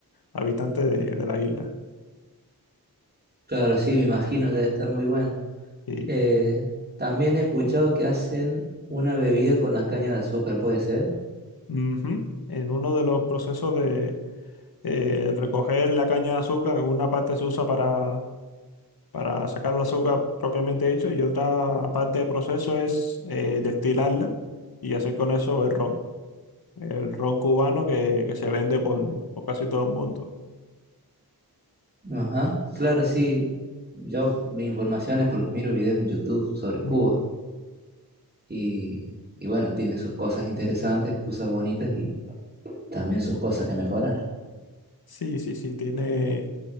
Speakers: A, on the left (about 70°); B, on the right (about 25°).
A: habitante de, de la isla.
B: Claro, sí, me imagino que debe estar muy bueno.
A: Y
B: Eh, también he escuchado que hacen una bebida con la caña de azúcar, ¿puede ser?
A: ujú, en uno de los procesos de eh, recoger la caña de azúcar, una parte se usa para, para sacar el azúcar propiamente dicho y otra parte del proceso es eh, destilarla y hacer con eso el ron, el ron cubano que, que se vende por, por casi todo el mundo.
B: Ajá, claro, sí. Yo, mi información es porque miro videos en YouTube sobre
A: Mm.
B: Cuba y, y bueno, tiene sus cosas interesantes, cosas bonitas y también sus cosas que mejorar.
A: Sí, sí, sí, tiene,